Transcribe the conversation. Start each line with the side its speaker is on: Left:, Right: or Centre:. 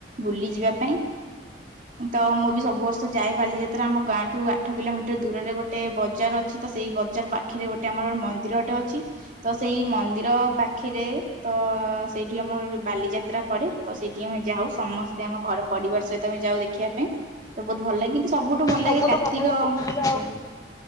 Right: ବୁଲି ଯିବା ପାଇଁ ତ ମୁଁ ବି ସବୁ ବର୍ଷ ଯାଏ ବାଲିଯାତ୍ରା ଆମ ଗାଁଠୁ ଆଠ କିଲୋମିଟର ଦୂରରେ ଗୋଟେ ବଜାର ଅଛି ତ ସେଇ ବଜାର ପାଖରେ ଗୋଟେ ଆମର ମନ୍ଦିର ଗୋଟେ ଅଛି। ତ ସେଇ ମନ୍ଦିର ପାଖରେ ତ ସେଇଠି ଆମର ଗୋେ ବାଲିଯାତ୍ରା ପଡେ ତ ସେଇଠି ଆମେ ଯାଉ ସମସ୍ତେ ଆମ ଘର ପରିବାର ସହିତ ଆମେ ଯାଉ ଦେଖିବା ପାଇଁ ତ ବହୁତ ଭଲ ଲାଗେ। ସବୁଠୁ ଭଲ
Left: ସବୁଠୁ
Right: ଲାଗେ କାର୍ତ୍ତିକ
Left: ଭଲ ରାତିର
Right: ପୂଜା